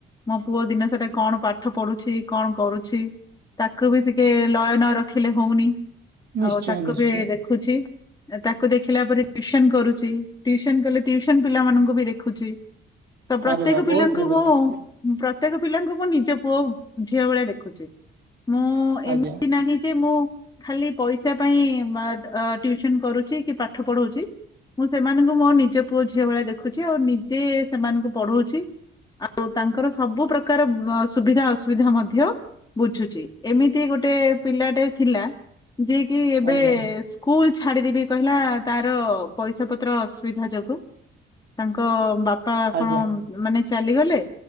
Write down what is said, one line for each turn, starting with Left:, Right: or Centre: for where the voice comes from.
Left: ମୋ ପୁଅ ଦିନେ ସେଟା କଣ ପାଠ ପଢୁଛି କଣ କରୁଛି ତାକୁ ବି ସିକେ ଲୟ ନ ରଖିଲେ ହଉନି
Right: ନିଶ୍ଚୟ
Left: ଆଉ ତାକୁ
Right: ନିଶ୍ଚୟ
Left: ବି ଦେଖୁଛି। ତାକୁ ଦେଖିଲା ପରେଟିଉସନ କରୁଛି ଟିଉସନ କଲେ ଟିଉସନ ପିଲାମାନଙ୍କୁ ବି ଦେଖୁଛି। ସ ପ୍ରତ୍ୟେକ
Right: ଆରେ ବା
Left: ପିଲାଙ୍କୁ
Right: ବହୁତ ଭଲ
Left: ମୋ
Right: ଜିନିଷ
Left: ପ୍ରତ୍ୟେକ ପିଲାଙ୍କୁ ମୁଁ ନିଜ ପୁଅ ଝିଅ ଭଳିଆ ଦେଖୁଛି ମୁଁ ହଁ ଏମିତି
Right: ଆଜ୍ଞା
Left: ନାହିଁ ଯେ ମୁଁ ଖାଲି ପଇସା ପାଇଁ ଅ ଟ୍ୟୁସନ କରୁଛି କି ପାଠ ପଢଉଛି। ମୁଁ ସେମାନଙ୍କୁ ମୋ ନିଜ ପୁଅ ଝିଅ ଭଳିଆ ଦେଖୁଛି ଆଉ ନିଜେ ସେମାନଙ୍କୁ ପଢଉଛି। ଆଉ ତାଙ୍କର ସବୁ ପ୍ରକାର ସୁବିଧା ଅସୁବିଧା ମଧ୍ୟ ବୁଝୁଛି ଏମିତି ଗୋଟେ ପିଲାଟେ ଥିଲା ଯିଏ କିି ଏବେ
Right: ଆଜ୍ଞା
Left: ସ୍କୁଲ ଛାଡିଦେବି କହିଲା ତାର ପଇସା ପତ୍ର ଅସୁବିଧା ଯୋଗୁ। ତାଙ୍କ ବାପା ବାପା
Right: ଆଜ୍ଞା
Left: ଆପଣ ମାନେ ଚାଲିଗଲେ